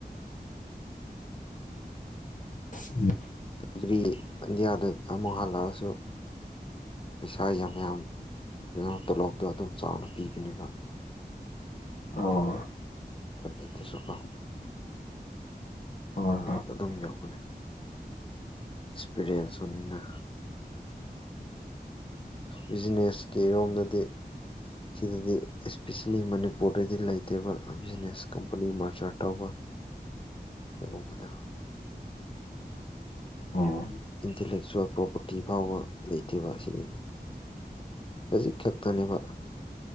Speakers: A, on the left (about 50°); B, on the left (about 30°).
A: ꯎꯝ
B: ꯗꯤꯒ꯭ꯔꯤ ꯏꯟꯗꯤꯌꯥꯗ ꯑꯃꯨꯛ ꯍꯜꯂꯛꯑꯁꯨ ꯄꯩꯁꯥ ꯌꯥꯝ ꯌꯥꯝ ꯀꯩꯅ ꯇꯣꯂꯣꯞꯗꯣ ꯑꯗꯨꯝ ꯆꯥꯎꯅ ꯄꯤꯕꯅꯦꯕ
A: ꯑꯣ
B: ꯐꯦ ꯊꯁꯨ ꯀꯣ
A: ꯍꯣꯏ
B: ꯂꯥꯛ ꯑꯗꯨꯝ ꯌꯒꯅꯤ ꯑꯦꯛꯁꯄꯤꯔꯤꯌꯦꯟꯁ ꯑꯣꯏꯅꯤꯅ ꯕꯤꯖꯤꯅꯦꯁꯀꯤꯔꯣꯝꯗꯗꯤ ꯁꯤꯗꯗꯤ ꯑꯦꯄꯤꯁꯦꯜꯂꯤ ꯃꯅꯤꯄꯨꯔꯗꯗꯤ ꯂꯩꯇꯦꯕ ꯕꯤꯖꯤꯅꯦꯁ ꯀꯝꯄꯅꯤ ꯃꯥꯔꯆꯥꯔ ꯇꯧꯕ ꯑꯦ ꯃꯗ
A: ꯎꯝ
B: ꯏꯟꯇꯂꯦꯛꯆꯨꯋꯦꯜ ꯄ꯭ꯔꯣꯄꯔꯇꯤ ꯐꯥꯎꯕ ꯂꯩꯇꯦꯕ ꯑꯁꯤꯗꯅꯤ ꯈꯖꯤꯛ ꯈꯛꯇꯅꯦꯕ